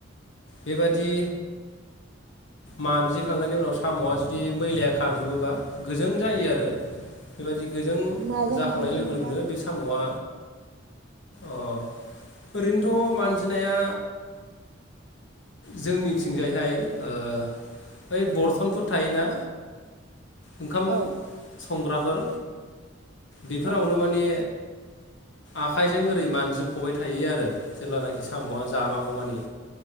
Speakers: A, on the left (about 70°); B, on the right (about 75°).
A: बेबादि मानजिखांनायनि उनाव सामआ जुदि मैलाया खारजोबोबा गोजों जायो आरो बेबायदि गोजों
B: माजों
A: जाखांनाय
B: मानजो
A: लोगो
B: नोंथां
A: लोगोनो बे सामआ अ ओरैनोथ मानजिनाया जोंनिथिंजायहाय ओ बै बरथनफोर थायोना ओंखाम स
B: औ
A: संग्रा फोर बेफोरावनो
B: औ
A: माने आखाइजों ओरै मानजि खबाय थायो आरो जेब्लानाखि सामआ जाबागौमानि।